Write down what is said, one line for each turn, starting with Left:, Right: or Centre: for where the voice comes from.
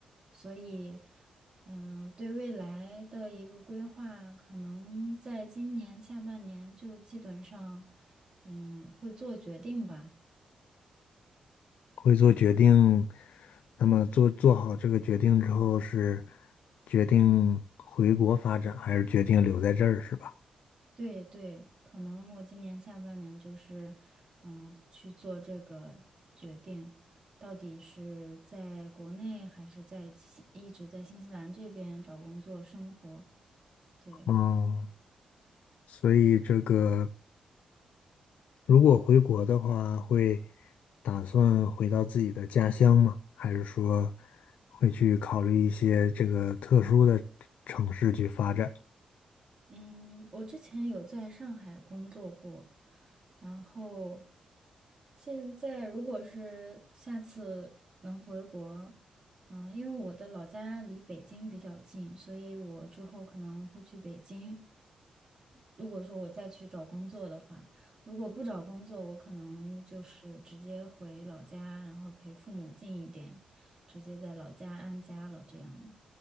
Right: 所以，嗯、对未来的一个规划，可能在今年下半年就基本上，嗯，会做决定吧。
Left: 会做决定，那么做做好这个决定之后，是决定回国发展，还是决定留在这儿，是吧？
Right: 对对，可能我今年下半年就是，嗯、去做这个决定，到底是在国内还是在新一直在新西兰这边找工作生活。对，
Left: 嗯，所以这个如果回国的话，会打算回到自己的家乡吗？还是说会去考虑一些这个特殊的城市去发展？
Right: 嗯，我之前有在上海工作过，然后现在如果是下次能回国，嗯、因为我的老家离北京比较近，所以我之后可能会去北京。如果说我再去找工作的话，如果不找工作，我可能就是直接回老家，然后陪父母近一点，直接在老家安家了。这样，